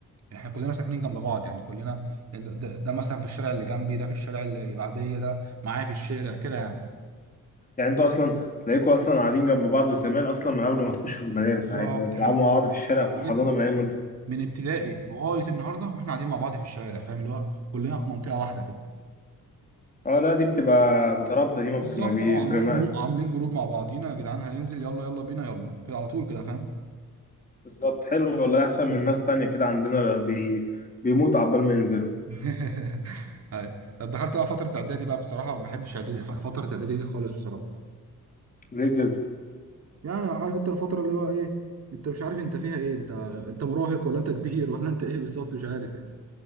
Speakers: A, on the right (about 50°); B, on the left (about 25°).
A: احنا كلنا ساكنين جنب بعض يعني كلنا ده, ده مثلا في الشارع اللي جنبي ده في الشارع اللي بعديه ده معايا في الشارع كده يعني
B: يعني انتوا اصلا تلاقيكوا اصلا قاعدين جنب بعض وزمان اصلا من قبل ما تخشوا المدارس
A: بالظبط
B: عادي وتلعبوا
A: احنا من
B: مع بعض في الشارع في
A: من
B: الحضانة من ايام ما انتوا
A: من ابتدائي لغايه النهارده واحنا قاعدين مع بعض في الشارع فاهم اللي هو كلنا في منطقه واحده كده
B: اه لا دي بتبقى مترابطة دي ما
A: بالظبط
B: بت- ما بيفرق
A: اه عاملين جروب عاملين جروب مع بعضينا يا جدعان هننزل يلا يلا بينا يلا كده على طول كده فاهم
B: بالظبط حلو والله احسن من
A: مم.
B: ناس تانية كده عندنا بي... بيموت عبال ما ينزلوا
A: <laughs> أيوة. طب دخلت بقى فتره اعدادي بقى بصراحه ما بحبش اعدادي فتره اعدادي دي خالص بصراحه
B: ليه كده
A: يعني عارف انت الفترة اللي هو ايه انت مش عارف انت فيها ايه انت انت مراهق ولا انت كبير ولا انت ايه بالظبط مش عارف يعني